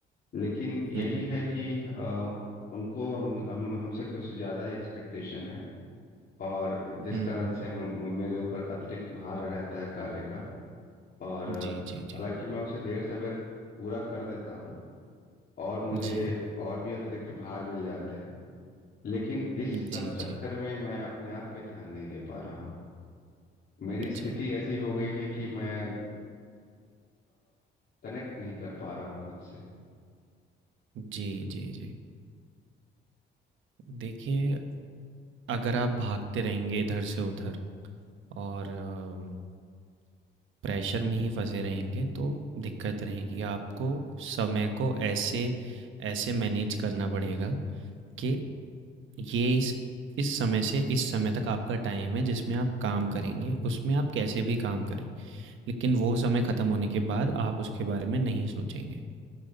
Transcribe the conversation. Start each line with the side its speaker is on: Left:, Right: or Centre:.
Left: लेकिन यही
Right: हुँ, हुँ।
Left: है कि अ, उनको हम हम हमसे कुछ ज़्यादा ही एक्सपेक्टेशन है और जिस
Right: हुँ,
Left: कारण
Right: हुँ,
Left: से
Right: हुँ।
Left: म- म- मेरे ऊपर अतिरिक्त भार रहता है कार्य का और अ,
Right: जी,
Left: हालांकि
Right: जी, जी।
Left: मैं उसे देर सवेर पूरा कर देता हूँ और मुझे
Right: जी,
Left: और भी अतिरिक्त भार मिल जाते हैं लेकिन इस सब
Right: जी,
Left: चक्कर
Right: जी,
Left: में मैं अपने आप पे ध्यान नहीं दे पा रहा हूँ मेरी स्थिति
Right: जी,
Left: ऐसी हो गई है कि मैं कनेक्ट नहीं कर पा रहा हूँ खुद से
Right: जी, जी, जी। देखिए, अगर आप भागते रहेंगे इधर से उधर और अम, प्रेशर में ही फँसे रहेंगे तो दिक्कत रहेगी। आपको समय को ऐसे ऐसे मैनेज करना पड़ेगा कि ये इस इस समय से इस समय तक आपका टाइम है जिसमें आप काम करेंगे, उसमें आप कैसे भी काम करें। लेकिन वो समय ख़त्म होने के बाद आप उसके बारे में नहीं सोचेंगे।